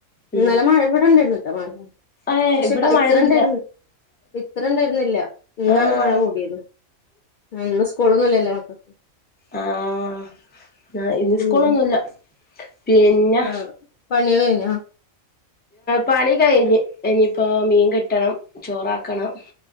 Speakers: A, on the left (about 80°); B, on the left (about 15°).
A: ഇന്നലെ
B: ഉം
A: മഴ ഇവിടെണ്ടായിരുന്നട്ടോ മഴ
B: ഏഹ്
A: പക്ഷെ
B: ഇവിടെ
A: ഇത്ര
B: മഴയില്ല
A: ഇണ്ടായിരുന്നി ഇത്ര ഇണ്ടായിരുന്നില്ല ഇന്നാണ്
B: ആഹ്
A: മഴ കൂടിയത് ആ ഇന്ന് സ്കൂളൊന്നുംല്ലല്ലോ മക്ക്
B: ആ ഇന്ന്
A: ഉം
B: സ്കൂളൊന്നുല്ല. പിന്ന
A: ആഹ് പണികള് കയിഞ്ഞാ?
B: പണി കഴിഞ്ഞ്, ഇനിയിപ്പോ മീൻ കിട്ടണം, ചോറാക്കണം.